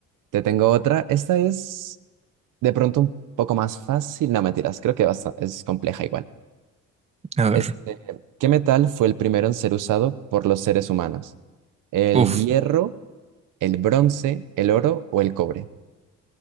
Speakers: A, on the right; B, on the right.
A: te tengo otra. Esta es De pronto un poco más fácil, no mentiras, creo que basta- es compleja igual.
B: A
A: Este,
B: ver.
A: ¿qué metal fue el primero en ser usado por los seres humanos? ¿El
B: Uf.
A: hierro, el bronce, el oro o el cobre?